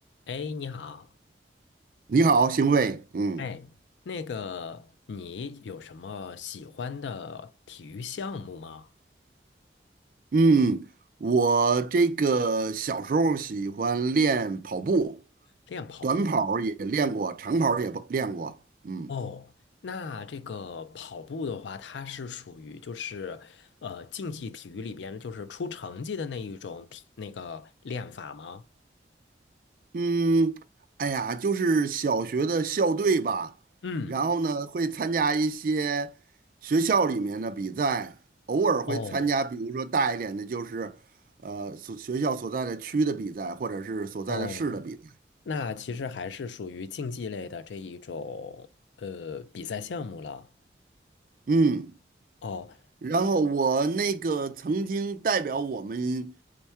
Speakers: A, on the left; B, on the right.
A: 哎，你好，
B: 你好，邢卫。嗯
A: 哎，那个，你有什么喜欢的体育项目吗？
B: 嗯，我这个小时候喜欢练跑步，
A: 练跑步。
B: 短跑儿也练过，长跑儿也不练过。嗯
A: 哦，那这个跑步的话，它是属于就是呃竞技体育里边就是出成绩的那一种体那个练法吗？
B: 嗯，哎呀，就是小学的校队吧，
A: 嗯，
B: 然后呢会参加一些学校里面的比赛，偶尔会参加，
A: 哦
B: 比如说大一点的，就是呃所学校所在的区的比赛，或者是所在的市的比赛。
A: 哦，那其实还是属于竞技类的这一种呃比赛项目了。
B: 嗯。
A: 哦，
B: 然后我那个曾经代表我们